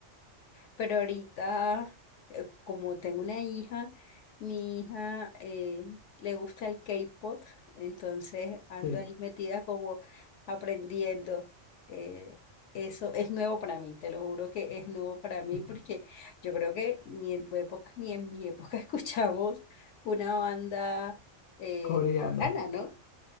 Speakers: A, on the left; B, on the left.
A: Pero ahorita, eh, como tengo una hija, mi hija eh, le gusta el K-pop, entonces ando
B: Sí,
A: ahí metida como aprendiendo. eh, eso es nuevo para mí, te lo juro que es nuevo para mí
B: <laughs>
A: porque yo creo que ni en tu época ni en mi época <laughs> escuchamos una banda eh,
B: coreana.
A: coreana, ¿no?